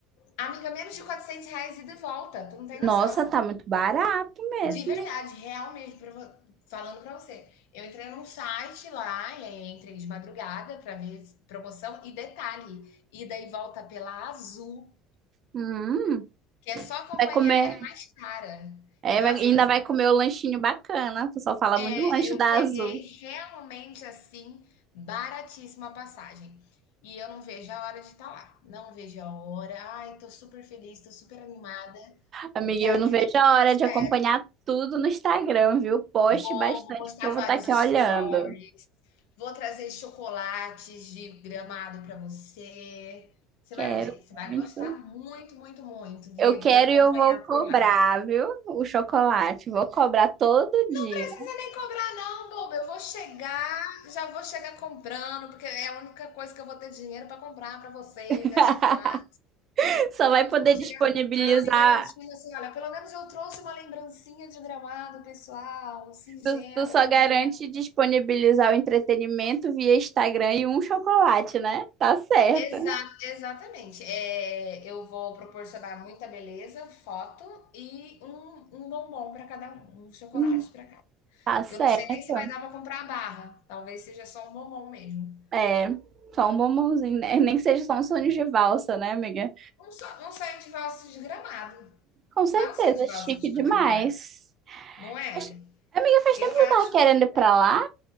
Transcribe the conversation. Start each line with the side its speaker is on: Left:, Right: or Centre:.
Left: Amiga, menos de 400 reais ida e de volta, tu não tem
Right: Nossa,
Left: noção.
Right: tá muito barato mesmo.
Left: De verdade, real mesmo, pra vo- falando pra você. Eu entrei num site lá, e aí entrei de madrugada pra ver se- promoção. E detalhe, ida e volta pela Azul,
Right: Hum,
Left: que é só a companhia
Right: vai comer,
Left: aérea mais cara.
Right: é,
Left: Então,
Right: vai-
Left: assim,
Right: ainda
Left: eu,
Right: vai comer o lanchinho bacana. O pessoal fala
Left: é,
Right: muito do lanche
Left: eu
Right: da
Left: peguei
Right: Azul.
Left: realmente, assim, baratíssima a passagem. E eu não vejo a hora de estar lá. Não vejo a hora. Ai, tô super feliz, tô super animada.
Right: Amiga,
Left: Eu quero
Right: eu não
Left: que
Right: vejo
Left: dê
Right: a
Left: tudo
Right: hora de acompanhar
Left: certo.
Right: tudo no Instagram, viu? Poste
Left: Vou,
Right: bastante,
Left: vou postar
Right: porque eu vou
Left: vários
Right: estar aqui
Left: stories,
Right: olhando.
Left: vou trazer chocolates de Gramado para você. Você
Right: Quero
Left: vai ver, você vai
Right: muito.
Left: gostar muito, muito, muito de,
Right: Eu quero
Left: de acompanhar
Right: e eu vou cobrar,
Left: por lá. Não
Right: viu? O chocolate. Vou cobrar todo dia.
Left: precisa nem cobrar, não, boba. Eu vou chegar, já vou chegar comprando, porque é a única coisa que eu vou ter dinheiro para comprar para vocês,
Right: <laughs>
Left: é chocolate.
Right: Só
Left: Então
Right: vai poder
Left: eu já vou chegar
Right: disponibilizar
Left: comprando e garantindo assim, olha, pelo menos eu trouxe uma lembrancinha de Gramado, pessoal, singela,
Right: Tu, tu só garante
Left: honesta.
Right: disponibilizar o entretenimento via Instagram e um chocolate, né? Tá certo.
Left: Exa exatamente. Eh, eu vou proporcionar muita beleza, foto e um um bombom para cada um, um chocolate
Right: Hum,
Left: para cada um.
Right: Tá certo.
Left: que eu não sei nem se vai dar para comprar a barra, talvez seja só um bombom mesmo.
Right: É, só um bombonzinho, né? Nem que seja só um sonho de valsa, né, amiga?
Left: Um so um sonho de valsa desgramado,
Right: Com certeza,
Left: não é um sonho de valsa
Right: chique
Left: de
Right: demais.
Left: qualquer lugar, não é?
Right: Mas, amiga, faz
Left: Eu
Right: tempo que
Left: acho
Right: tu tava querendo
Left: um pouco
Right: ir pra lá?